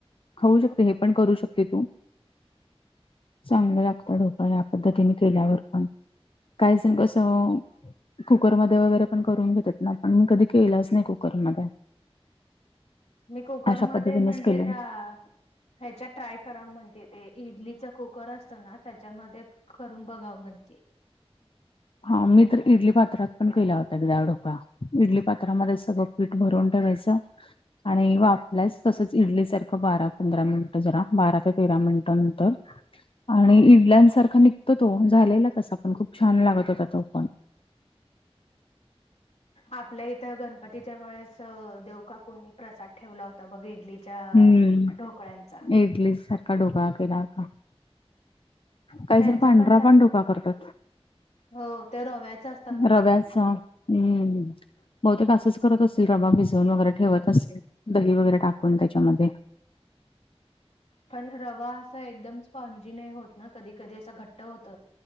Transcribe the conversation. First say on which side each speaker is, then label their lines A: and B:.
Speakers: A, on the left; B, on the left.
A: खाऊ शकते हे पण करू शकते तू चांगलं लागतं डोकळा या पद्धतीनी केल्यावर पण काहीजण कसं कुकरमध्ये वगैरे पण करून घेतात ना पण मी कधी केलाच नाय कुकरमध्ये
B: मी कुकर
A: अशा
B: मध्ये
A: पद्धतीनेच
B: म्हणजे
A: केलं
B: त्या ह्याच्यात ट्राय कराव म्हणते ते इडलीच कुकर असतं ना त्याच्यामध्ये करून बघावं म्हणते.
A: हा मी तर इडली पात्रात पण केला होता <unintelligible> ढोकळा. इडली पात्रामध्ये सगळं पीठ भरून ठेवायचं. आणि वापल्यास तसंच इडलीसारखं बारा पंधरा मिनिटं जरा बारा ते तेरा मिनिटानंतर आणि
B: हो
A: इडल्यांसारखा निघतो तो झालेला तसा पण खूप छान लागत होता तो पण
B: आपल्या इथं गणपतीच्या वेळेस देव काकुणीनी प्रसाद ठेवला हो ता बघ इडलीच्या
A: हम्म
B: ढोकळ्यांचा
A: इडली सर कडू का केला का काही
B: त्यांचा
A: जण पांढरा
B: छान
A: पण डोकळा
B: झाला
A: करतात.
B: हो त्य रव्याच अस
A: रव्याचा अम्म बहुतेक असंच करत असतील रवा भिजवून वगैरे ठेवत असतील दही वगैरे टाकून त्याच्यामध्ये <inaudible>
B: पण रवा असं एकदम स्पॉनजी नाय होत ना कधी कधी असा घट्ट होत.